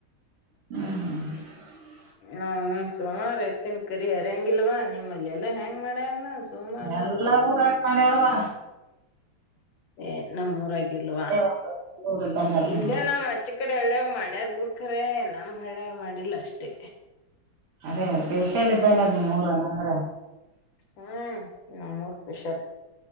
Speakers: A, on the right; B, on the left.
A: ಹ್ಮ್ ಹ್ಮ್
B: ಹ್ಮ ಸೋಮಾರತ್ತನ್ ಕರಿ ಹರಂಗಿಲ್ವಾ ನಿಮ್ಮಲ್ಲಿ ಎಲ್ಲಾ ಹೆಂಗ್ ಮಾಡ್ಯಾರನ ಸೋಮವಾರ
A: ಎಲ್ಲ ಊರ ಹಾಕೊಂಡಾರವಾ
B: ಏ ನಮ್ ರಗಲ್ವಾ
A: ಒಂದು ಊರ್ ಇದ್ದಂಗ ಅದ
B: ಇಲ್ಲೇ
A: ನಿಮ್ದು
B: ನಮ್ ಹಚ್ಚಿ ಕಡೆಳ್ಳೆ ಮಾಡ್ಯಾರ್ ಬಿಡ್ಕ್ರ ನಮ್ ಹಾಳೆ ಮಾಡಿಲ್ಲ ಅಷ್ಟೇ
A: ಅದೇ ಪೇಶಿಯಲ್ ಇದ್ದಂಗ ನೀ ಮೂರ ನಂದ್ರ
B: ಹ್ಮ್ ನ ಮೂರ್ ಫಸಲ್